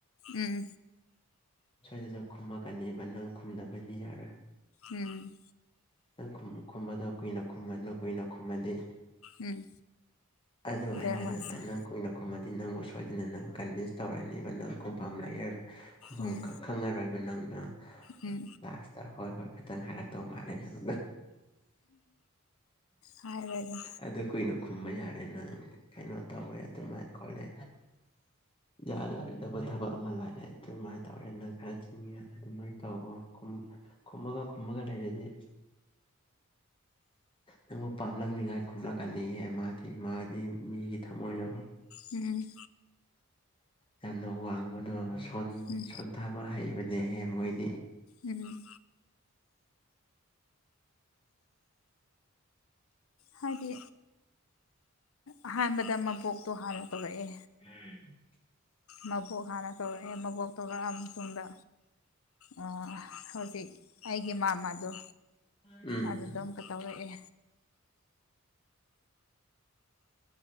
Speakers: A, on the left; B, on the left.
A: ꯎꯝ
B: ꯁꯣꯏꯗꯅ ꯈꯨꯝꯃꯛꯀꯅꯦꯕ ꯅꯪ ꯈꯨꯝꯗꯕꯗꯤ ꯌꯥꯔꯣꯏ
A: ꯎꯝ
B: ꯅꯪ ꯈꯨꯝꯕꯗꯣ ꯀꯨꯏꯅ ꯈꯨꯝꯃꯜꯅꯨ ꯀꯨꯏꯅ ꯈꯨꯝꯃꯗꯤ
A: ꯎꯝ
B: ꯑꯗꯨ
A: ꯕ꯭ꯔꯦꯟ
B: ꯑꯩꯅꯥ
A: ꯋꯥꯁꯇꯣ
B: ꯍꯥꯢꯅ ꯀꯨꯏꯅ ꯈꯨꯝꯃꯗꯤ ꯅꯪꯕꯨ ꯁꯣꯏꯗꯅ ꯅꯪ ꯀꯟꯚꯤꯟꯁ ꯇꯧꯔꯛꯑꯅꯦꯕ ꯅꯪ ꯈꯨꯝꯐꯝ ꯂꯩꯔꯔꯣꯢ ꯈꯨꯝꯐꯝ
A: ꯎꯝ
B: ꯈꯪꯉꯔꯣꯏꯕ ꯅꯪꯗꯣ
A: ꯎꯝ
B: ꯂꯥꯁꯇ ꯍꯣꯏ ꯍꯣꯏ ꯈꯤꯇꯪ ꯍꯥꯏꯔꯛꯇꯧ ꯃꯥꯜꯂꯦ ꯅꯪꯗꯣ
A: ꯍꯥꯏꯔꯒ
B: ꯑꯗꯨ ꯀꯨꯏꯅ ꯈꯨꯝꯕ ꯌꯥꯔꯦ ꯅꯪ ꯀꯩꯅꯣ ꯇꯧꯋꯦ ꯑꯗꯨꯃꯥꯏꯅ ꯈꯣꯠꯂꯦ ꯌꯥꯅꯔꯣꯏꯗꯕ ꯊꯕꯛ ꯑꯃ ꯂꯥꯛꯑꯦ ꯑꯗꯨꯃꯥꯏꯅ ꯇꯧꯔꯦ ꯅꯪ ꯈꯔ ꯆꯤꯟꯉꯦ ꯑꯗꯨꯃꯥꯏꯅ ꯇꯧꯑꯣ ꯈꯨꯝꯃꯒ ꯈꯨꯝꯃꯒ ꯂꯩꯔꯗꯤ ꯅꯪꯕꯨ ꯄꯥꯝꯂꯛꯅꯤꯉꯥꯏ ꯈꯨꯝꯂꯛꯀꯅꯤꯍꯦ ꯃꯥꯗꯤ ꯃꯥꯗꯤ ꯃꯤꯒꯤ ꯊꯝꯃꯣꯏꯗꯣ
A: ꯎꯝ
B: ꯌꯥꯝꯅ ꯋꯥꯡꯕꯗꯣ
A: ꯎꯝ
B: ꯁꯣꯟꯊꯥꯕ ꯍꯩꯕꯅꯦꯍꯦ ꯃꯣꯏꯗꯤ
A: ꯎꯝ ꯍꯥꯏꯗꯤ ꯑꯍꯥꯟꯕꯗ ꯃꯕꯣꯛꯇꯣ ꯍꯥꯟꯅ ꯇꯧꯔꯛꯑꯦ
B: ꯎꯝ
A: ꯃꯕꯣꯛ ꯍꯥꯟꯅ ꯇꯧꯔꯛꯑꯦ ꯃꯕꯣꯛ ꯇꯧꯔꯛꯑꯕ ꯃꯇꯨꯡꯗ ꯑꯥ ꯍꯧꯖꯤꯛ ꯑꯩꯒꯤ ꯃꯥꯃꯗꯣ
B: ꯎꯝ
A: ꯑꯗꯨꯗꯣ ꯑꯃꯨꯛꯀ ꯇꯧꯔꯛꯑꯦ